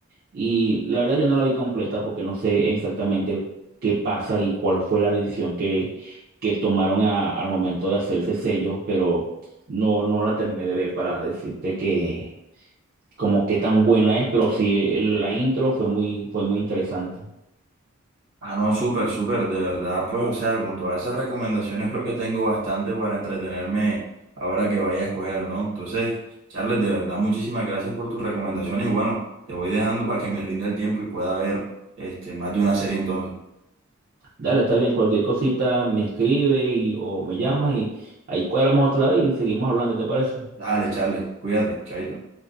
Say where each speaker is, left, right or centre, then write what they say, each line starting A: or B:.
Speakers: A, on the right; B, on the right.
A: Y la verdad yo no la vi completa porque no sé exactamente qué pasa y cuál fue la decisión que, que tomaron a- al momento de hacer ese sello, pero no, no la terminé de ver para decirte que como qué tan buena es, pero sí el- la intro fue muy, fue muy interesante.
B: Ah, no, súper, súper, de verdad, pues, o sea, con todas esas recomendaciones creo que tengo bastante para entretenerme ahora que vaya a escoger, ¿no? Entonces, Charles, de verdad, muchísimas gracias por tus recomendaciones y bueno, te voy dejando para que me rinda el tiempo y pueda ver este, más de una serie entonces.
A: Dale, está bien, cualquier cosita me escribe y, o me llama y ahí cuadramos otra vez y seguimos hablando, ¿te parece?
B: Dale, Charles, cuídate, chaito.